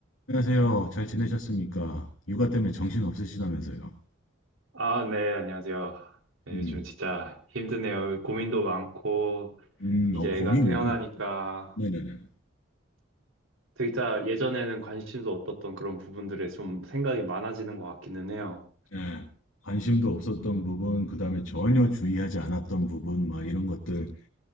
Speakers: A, on the left; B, on the right.
A: 안녕하세요. 잘 지내셨습니까? 육아 때문에 정신 없으시다면서요.
B: 아, 네, 안녕하세요. 네,
A: 음,
B: 요즘 진짜 힘드네요. 고민도 많고,
A: 음,
B: 이제
A: 어, 고민이요.
B: 애가 태어나니까,
A: 네네네.
B: 진짜 예전에는 관심도 없었던 그런 부분들에 좀 생각이 많아지는 것 같기는 해요.
A: 예, 관심도 없었던 부분, 그다음에 전혀 주의하지 않았던 부분, 막 이런 것들.